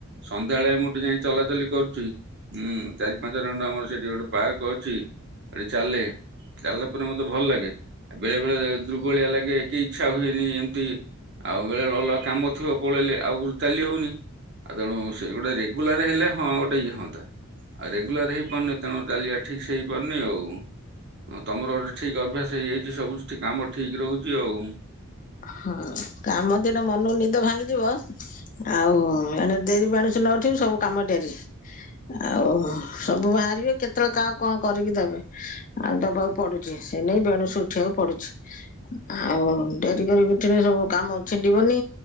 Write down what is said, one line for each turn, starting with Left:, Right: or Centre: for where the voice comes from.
Right: ସନ୍ଧ୍ୟାବେଳେ ମୁଁ ଟିକେ ଯାଇ ଚଲାଚଲି କରୁଛି ଉଁ। ଚାରି ପାଞ୍ଚ ରାଉଣ୍ଡ ଆମର ସେଠି ଗୋଟେ ପାର୍କ ଅଛି ସେଠି ଚାଲେ ଚାଲିଲ ଉପରେ ମତେ ଭଲ ଲାଗେ ବେଳେ ବେଳେ ଦୁର୍ବଳିଆ ଲାଗେ କେହି ଇଚ୍ଛା ହୁଏନି ଏମିତି ଆଉ ବେଳେ ଅଲଗା କାମ ଥିଅ ପଳେଇଲେ ଆଉ ଚାଲି ହଉନି ଆଉ ତେଣୁ ସେ ଗୋଟେ ରେଗୁଲାର ହେଲେ ହଁ ଗୋଟେ ଇଏ ହନ୍ତା। ଆଉ ରେଗୁଲାର ହେଇପାରୁନି ତେଣୁ ଚାଲିବା ଠିକ ସେ ହେଇପାରୁନି ଆଉ ତମର ଠିକ ଅଭ୍ୟାସ ହେଇଯାଇଛି ସବୁ ସେଠି କାମ ଠିକ ରହୁଛି ଆଉ
Left: ହଁ କାମ ଦିନ ମନକୁ ନିଦ ଭାଙ୍ଗିଯିବ ଆଉ ଏଣ <unintelligible> ନ ଉଠିବି ସବୁ କାମ ଡେରି ଆଉ ସବୁ ବାହାରିବେ କେତେବେଳେ କହା କଣ କରିକି ଦେବେ। ଆଉ ଦବାକୁ ପଡୁଛି ସେ ନେଇ ବେଣୁସୁ ଉଠିବାକୁ ପଡୁଛି ଆଉ ଡେରି କରିକି ଉଠିଲେ ସବୁ କାମ ଛିଣ୍ଡିବନି